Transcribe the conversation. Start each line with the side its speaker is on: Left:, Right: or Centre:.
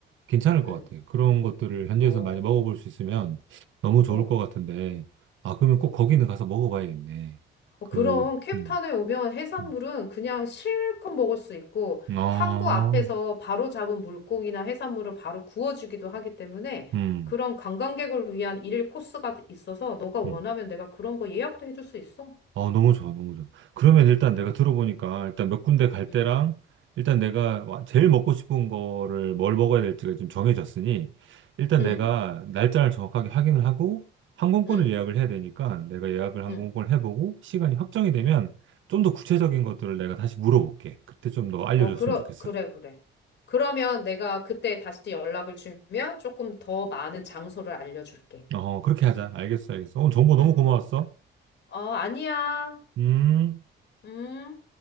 Right: 괜찮을 것
Left: 음,
Right: 같아. 그런 것들을 현지에서
Left: 어,
Right: 많이 먹어볼 수 있으면 너무 좋을
Left: 어,
Right: 것 같은데. 아, 그러면
Left: 어.
Right: 꼭 거기는 가서 먹어봐야겠네.
Left: 어,
Right: 그,
Left: 그럼 캡탄에
Right: 음,
Left: 오면 해산물은
Right: 음.
Left: 그냥 실컷 먹을 수 있고
Right: 아,
Left: 항구 앞에서 바로 잡은 물고기나 해산물을 바로 구워주기도 하기 때문에
Right: 음,
Left: 그런 관광객을 위한 일일 코스가 있어서 너가 원하면
Right: 음.
Left: 내가 그런 거 예약도 해줄 수 있어.
Right: 어, 너무 좋아, 너무 좋아. 그러면 일단 내가
Left: 응,
Right: 들어보니까 일단 몇 군데 갈
Left: 응,
Right: 때랑 일단 내가 와- 제일 먹고 싶은 거를 뭘 먹어야 될지가 지금 정해졌으니 일단
Left: 응,
Right: 내가 날짜를 정확하게 확인을 하고 항공권을
Left: 응,
Right: 예약을 해야 되니까 내가 예약을 항공권을
Left: 응,
Right: 해보고 시간이 확정이 되면
Left: 응.
Right: 좀 더 구체적인
Left: 응.
Right: 것들을 내가 다시 물어볼게. 그때 좀 더 알려줬으면
Left: 어, 그러,
Right: 좋겠어.
Left: 그래, 그래. 그러면 내가 그때 다시 연락을 주면 조금 더 많은 장소를 알려줄게.
Right: 어, 그렇게 하자. 알겠어, 알겠어. 오늘 정보 너무
Left: 응, 응.
Right: 고마웠어.
Left: 어, 아니야.
Right: 음.
Left: 음.